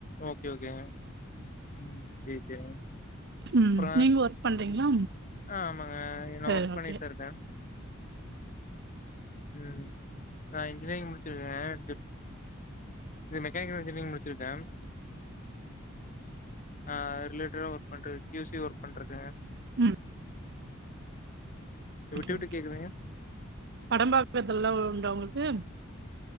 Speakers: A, on the left (about 40°); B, on the right (about 55°).
A: ஓகே ஓகே ம் செரி செரிங்க
B: ம்
A: அப்புறோ
B: நீங்க ஒர்க் பண்றீங்களா
A: ஆ ஆமாங்க
B: சரி
A: நா ஒர்க்
B: ஓகே
A: பண்ணிட்தா இருக்கே ம் நா இன்ஜினேரிங் முடிச்சிருக்கே டிப் இது மெக்கானிக்கல் இன்ஜினியரிங் முடிச்சிருக்கே அ ரிலேட்டடா ஒர்க் பண்ற கியூசி ஒர்க் பண்றது
B: ம் ஓகே
A: விட்டு விட்டு
B: ஓகே
A: கேக்குதுங்க
B: படம் பாக்கறதெல்லா உண்டா உங்களுக்கு